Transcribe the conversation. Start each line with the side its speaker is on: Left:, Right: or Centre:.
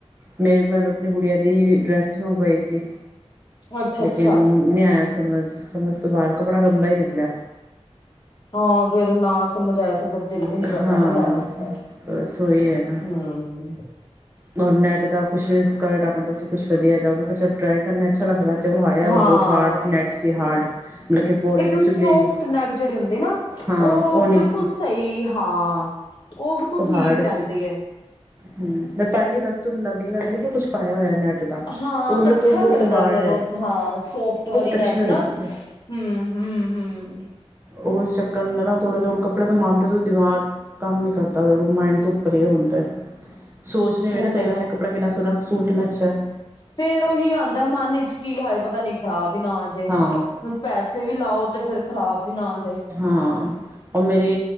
Right: ਮੈਂ ਵੀ ਆਪਣੀ ਗੁਡੀਆਂ ਦੀ ਡਰੈਸ ਮੰਗਵਾਈ ਸੀ।
Left: ਅੱਛਾ
Right: ਲੇਕਿਨ
Left: ਅੱਛਾ
Right: ਨੀ ਆਇਆ ਸਮਝ-ਸਮਝ ਤੋਂ ਬਾਹਰ ਕੱਪੜਾ ਗੰਦਾਂ ਹੀ ਨਿਕਲਿਆ
Left: ਹਾਂ ਫੇਰ ਨਾ ਸਮਝ ਆਇਆ 'ਤੇ ਫਿਰ ਦਿਲ ਵੀ ਨੀ ਕਰਦਾ
Right: ਹਾਂ
Left: ਨਾ ਲੈਣ ਨੂੰ ਫਿਰ
Right: ਬਸ ਉਹੀ ਹੈਗਾ।
Left: ਹੂੰ
Right: ਔਰ ਨੈਟ ਦਾ ਕੁਛ ਸਕਟਦਾ ਸੀ, ਕੁਛ ਵਧੀਆ ਜਾ ਮੈਂ ਕਿਹਾ 'ਚ ਟਰਾਈ ਕਰਨਾ ਅੱਛਾ ਲੱਗਦਾ। ਆਇਆ
Left: ਹਾਂ
Right: ਤਾਂ ਬਹੁਤ ਹਾਰਡ ਮੈਚ ਸੀ, ਹਾਰਡ ਮਤਲਬ ਕਿ ਬੋਡੀ
Left: ਇੱਕਦਮ
Right: ਤੇ ਚੁੱਭੇਗੀ
Left: ਸੋਫਟ ਨੈਟ ਜਿਹੜੀ ਹੁੰਦੀ ਨਾ
Right: ਹਾਂ
Left: ਉਹ
Right: ਨਹੀਂ
Left: ਬਿਲਕੁਲ
Right: ਸੀ
Left: ਸਹੀ ਹਾਂ। ਬਿਲਕੁਲ
Right: ਉਹ
Left: ਠੀਕ
Right: ਹਾਰਡ ਸੀ
Left: ਰਹਿੰਦੀ ਏ।
Right: ਹੂੰ ਮੈਂ ਪਾਈ ਲੱਗ ਲੱਗੇਗਾ ਨਹੀਂ ਕੁਛ ਪਾਇਆ ਹੋਇਆ ਨੈੱਟ ਦਾ
Left: ਹਾਂ
Right: ਉਂਦੇ
Left: ਅੱਛਾ
Right: ਤੋਂ ਬਹੁਤ
Left: ਲੱਗਦਾ
Right: ਹਾਰਡ
Left: ਫੇਰ
Right: ਹੈ।
Left: ਉਹ ਹਾਂ, ਸੋਫਟ ਵਾਲੀ ਨੈਟ
Right: ਅੱਛੀ ਲੱਗਦੀ
Left: ਨਾ ਹੂੰ ਹੂੰ ਹੂੰ
Right: ਉਸ ਚੱਕਣ ਦਾ ਨਾ ਥੋੜ੍ਹਾ ਜਿਹਾ ਹੁਣ ਕੱਪੜੇ ਦੇ ਮਾਮਲੇ ਤੋਂ ਦਿਮਾਗ ਕੰਮ ਨੀ ਕਰਦਾ। ਮਾਇਡ ਤੋਂ ਉਪਰ ਹੀ ਹੁੰਦਾ ਸੋਚ ਵੀ ਨਾ
Left: ਉਹ
Right: ਕਈ ਵਾਰ ਹਾਏ ਕੱਪੜਾ ਸੋਹਣਾ ਸੂਟ ਕਿਨਾ ਸਿਰਾ
Left: ਫਿਰ ਉਹੀ ਆਉਂਦਾ ਮਨ ਵਿਚ ਕੀ ਹਾਏ ਪਤਾ ਨੀ ਖ਼ਰਾਬ ਹੀ ਨਾ ਜੇ
Right: ਹਾਂ
Left: ਹੁਣ ਪੈਸੇ ਵੀ ਲਾਓ ਤੇ ਫਿਰ ਖ਼ਰਾਬ ਵੀ ਨਾ ਆ ਜਾਏ।
Right: ਹਾਂ। ਉਹ ਮੇਰੀ